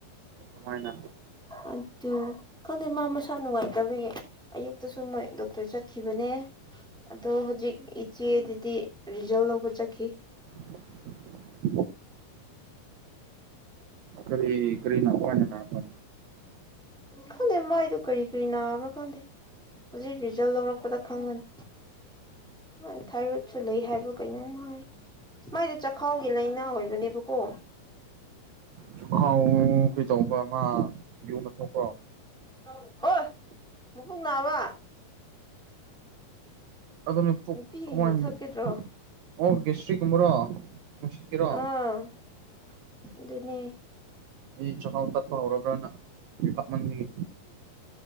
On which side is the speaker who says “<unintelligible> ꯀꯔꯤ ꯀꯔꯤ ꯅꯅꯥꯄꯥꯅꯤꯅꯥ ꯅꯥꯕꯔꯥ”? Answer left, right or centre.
Right